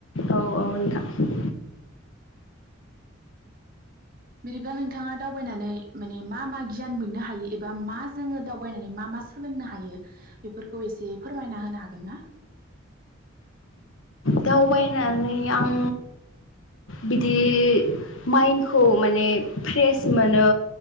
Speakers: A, on the left (about 75°); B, on the right (about 45°).
A: औ औ नोंथां
B: बिदिब्ला नोंथाङा दावबायनानै माने मा मा गियान मोननो हायो एबा मा जोङो दावबायनानै मा मा सोलोंनो हायो बेफोरखौ एसे फोरमायना होनो हागोन ना?
A: दावबायनानै आं बिदि माइन्खौ माने फ्रेस मोनो